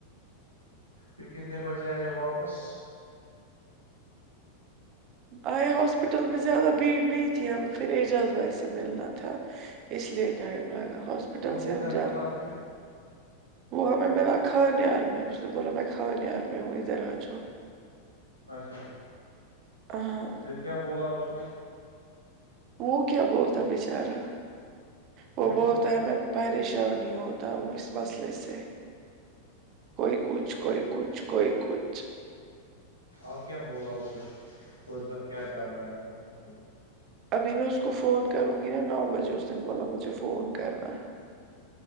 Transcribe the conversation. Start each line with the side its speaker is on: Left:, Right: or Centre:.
Left: پھر کتنے بجے آ یے واپس
Right: آئے ہاسپٹل میں زیادہ بھیڑ نہیں تھی ہم پھر اعجاز بھائیا سے ملنا تھا اس لیے ٹائم لگا ہاسپٹل
Left: وہ کدھر
Right: سے ہم ج
Left: ملا پھر
Right: وہ ہمیں ملا خانیار میں اس نے بولا میں خانیار میں ہوں ادھر آ جاؤ
Left: اچھا
Right: ہاں
Left: پھر کیا بولا اس نے
Right: وہ کیا بولتا ہے بچارا
Left: پھر
Right: وہ بولتا
Left: بھی کچھ
Right: ہے میں پریشانی ہی ہوتا ہوں اس مسئلے سے کوئی کچھ کوئی کچھ کوئی کچھ
Left: اب کیا بولا اس نے فردر کیا کرنا ہے ان کو
Right: ابھی میں اس کو فون کروں گی نا نو بجے اس نے بولا مجھے فون کرنا